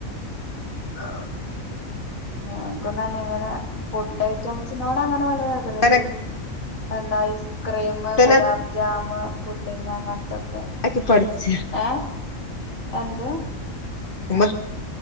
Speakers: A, on the left; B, on the left.
A: ആ
B: നമുക്കന്ന ഇങ്ങനെ ഫുഡ് ഐറ്റംസിനോട് അങ്ങനെ വലിയ താത്
A: അങ്ങനൊക്കെ
B: എന്താ ഐസ്ക്രീം
A: തന്നെ
B: ഗുലാബ് ജാം പുട്ടിങ് അങ്ങനത്തൊക്കെ
A: ഉണ്ടാക്കി പഠിച്ച്
B: ഏ എന്ത്
A: ഹമ